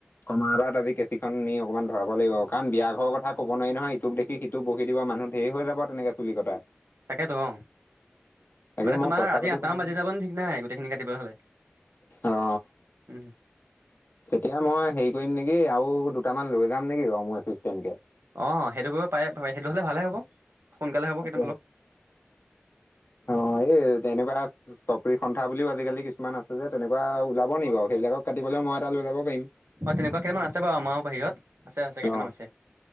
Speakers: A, on the left; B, on the right.
A: কমাৰাত আজি কেচিখন নি অকণমান ধৰাব লাগিব আৰু কাৰণ বিয়া ঘৰ কথা ক'ব নোৱাৰি নহয় ইটোক দেখি টো বহি দিবা মানুহ ঢেৰ হৈ যাব তেনেকে চুলি কটা
B: তাকেতো অ
A: তাকে
B: মানে
A: মই
B: তোমাৰ
A: পইচা
B: ৰাতি
A: পাতি
B: আঠটামান
A: কাৰণে
B: বাজি যাব ন ঠিক নাই গোটেইখিনি কাটিবলৈ হ'লে।
A: অ।
B: উম
A: তেতিয়া মই হেৰি কৰিম নেকি আৰু দুটামান লৈ যাম নেকি বাও মোৰ এছিষ্টেন্ট কে।
B: অ সেইটো কৰিব পাৰে <unintelligible> সেইটো হলে ভালে হ'ব। সোনকালে হ'ব
A: <unintelligible>
B: কেইটামান অলপ
A: অ এই তেনেকুৱা চপৰি সন্থা বুলিও আজিকালি কিছুমান আছে যে তেনেকুৱা ওলাব নেকি বাও সেইবিলাকক কাটিবলৈ মই এটা লৈ যাব পাৰিম।
B: হয় তেনেকুৱা কেইটামান আছে বাও আমাৰ বাহিৰত আছে আছে কেইটামান
A: অ'
B: আছে।